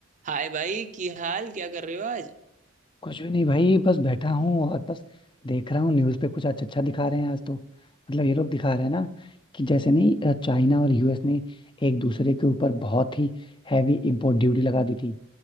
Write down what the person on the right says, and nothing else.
हाय भाई की हाल क्या कर रहे हो आज